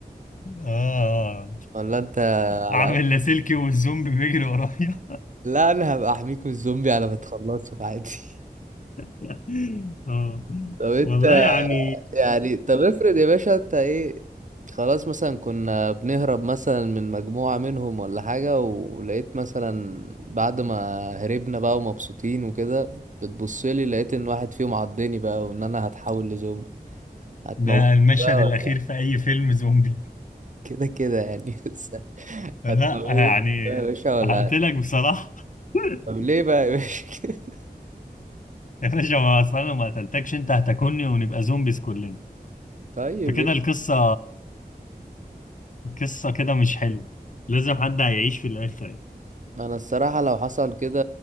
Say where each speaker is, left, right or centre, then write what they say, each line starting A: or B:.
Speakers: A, on the left; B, on the right.
A: <laughs> اه
B: ولا انت
A: اعمل
B: على قد
A: لاسلكي والزومبي بيجري ورايا
B: لا انا هبقى احميك من الزومبي على ما تخلصه عادي <laughs>
A: <laughs> اه
B: طب انت
A: والله يعني
B: يعني طب افرض يا باشا انت ايه خلاص مثلا كنا بنهرب مثلا من مجموعة منهم ولا حاجة ولقيت مثلا بعد ما هربنا بقى ومبسوطين وكده بتبصلي لقيت ان واحد فيهم عضني بقى وان انا هتحول لزومبي هتموت
A: ده المشهد
B: بقى
A: الاخير
B: ولا-
A: في اي فيلم زومبي
B: كده كده يعني <laughs> بس
A: لا
B: هتموت
A: يعني
B: بقى يا باشا ولا
A: هقتلك بصراحة <laughs>
B: طب ليه بقى يا باشا <laughs> كده
A: يا باشا ما اصل انا ما قتلتكش انت هتاكلني ونبقى زومبيز كلنا
B: طيب
A: فكده
B: إيه؟
A: القصة القصة كده مش حلو لازم حد هيعيش في الاخر يعني.
B: ما انا الصراحة لو حصل كده